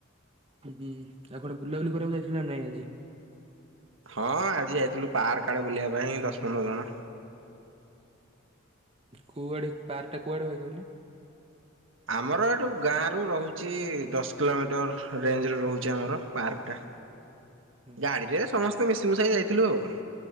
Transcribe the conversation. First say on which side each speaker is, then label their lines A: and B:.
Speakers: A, on the right; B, on the right.
A: ହୁଁ ଆଉ କଆଡେ ବୁଲାବୁଲି କରିବାକୁ ଯାଇଥିଲା ନା ନାଇଁ ଆଜି?
B: ହଁ ଆଜି ଯାଇଥିଲୁ ପାର୍କ ଆଡେ ବୁଲିବା ପାଇଁ ଦଶ ପନ୍ଦର ଜଣ।
A: କୁଆଡେ ପାରଟା କୁଆଡେ ଭାଇ କହିଲେ?
B: ଆମର ଏଠୁ ଗାଁ ରୁ ରହୁଛି ଦଶ କିଲୋମିଟର ରେଞ୍ଜ ରେ ରହୁଛି ଆମର ପାର୍କ ଟା।
A: ଓହୋ
B: ଗାଡିରେ ସମସ୍ତେ ମିଶିମୁଶାଇ ଯାଇଥିଲୁ ଆଉ।